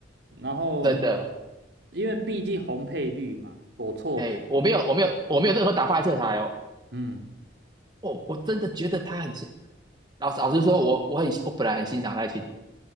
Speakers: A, on the right; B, on the right.
A: 然后
B: 真的。
A: 因为毕竟红配绿嘛，狗臭屁，
B: 哎，我没有，我没有，我没有任何党派色彩哦。
A: 嗯。
B: 我我真的觉得他很像。老实老实说，我我很我本来很欣赏赖清德